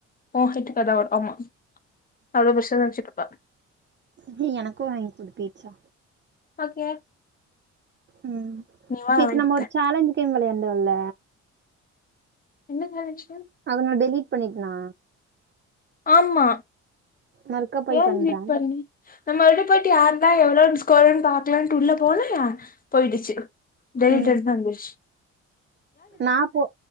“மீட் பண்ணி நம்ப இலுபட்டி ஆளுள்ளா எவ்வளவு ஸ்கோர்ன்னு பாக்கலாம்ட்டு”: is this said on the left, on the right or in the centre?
Left